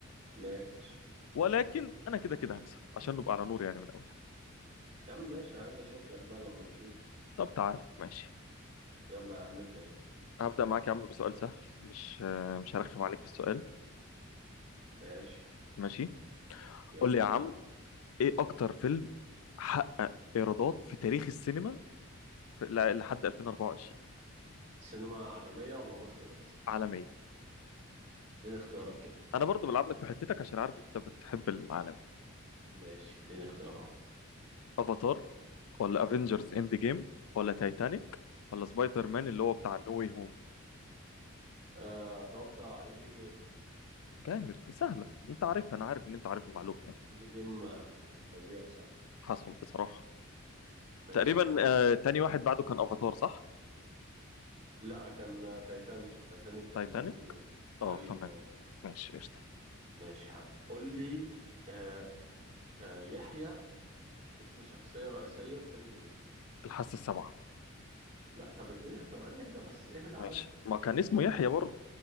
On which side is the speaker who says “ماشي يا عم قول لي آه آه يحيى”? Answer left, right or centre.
Right